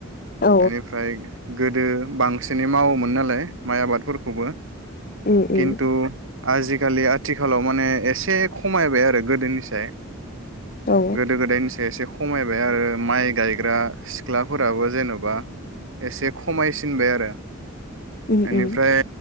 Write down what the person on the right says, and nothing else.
एनिफ्राइ गोदो बांसिनै मावोमोन नालाय माइ आबादफोरखौबो
खिन्थु
आजिखालि आथिखालाव माने एसे खमायबाय आरो गोदोनिसाय
गोदो गोदायनिसाय एसे खमायबाय आरो माइ गाय ग्रा सिख्लाफोराबो जेन'बा एसे खमायसिनबाय आरो
एनिफ्राय